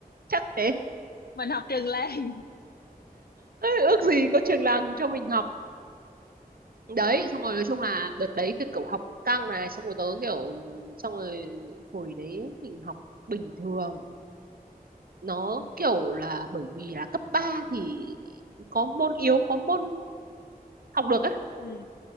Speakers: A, on the right (about 70°); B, on the left (about 80°).
A: chắc thế <laughs>
B: Mình học trường làng. <laughs>
A: Ê, ước gì có trường làng cho mình học đấy xong rồi nói chung là đợt đấy cái kiểu học cũng căng này xong rồi tớ kiểu xong rồi hồi đấy mình học bình thường nó
B: ừ.
A: kiểu là bởi vì là cấp 3 thì có môn yếu có môn học được á
B: ừ.